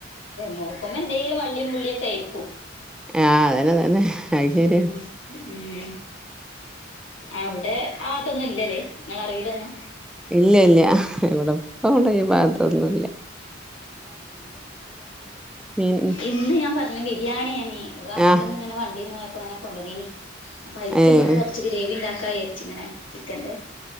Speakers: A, on the left; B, in the centre.
A: നോക്കുമ്പോ എന്തെങ്കിലും വള്ളിയും പുള്ളിയൊക്കെ ആയിരിക്കും.
B: ആഹ് അതന്നെ തന്നെ അയ് ശെര്യ
A: ഉം ഉം അവിടെ ആഹ് വാത്തൊന്നും ഇല്ലല്ലേ ഇങ്ങള അറിവില്ലൊന്നു.
B: ഇല്ല ഇല്ല ഇവിടെ പ്പവിടെ ഈ ഭാഗത്തൊന്നുംല്ല. മീൻ
A: ഇന്ന് ഞാൻ പറഞ് ബിരിയാണിയെന്നീ വസ്ബന്റ്
B: ആഹ്
A: പിന്നെ വണ്ടീന്ന് പോയ പ്പോ അങ്ങനെ കോണ്ടോന്നീനി അപ്പോ അയ്ക്
B: ഏഹ്
A: ഇനി കുറച്ച് ഗ്രേവി ഉണ്ടാക്കാ വിജാര്ച്ചി ഇങ്ങനെ ചിക്കൻ്റെ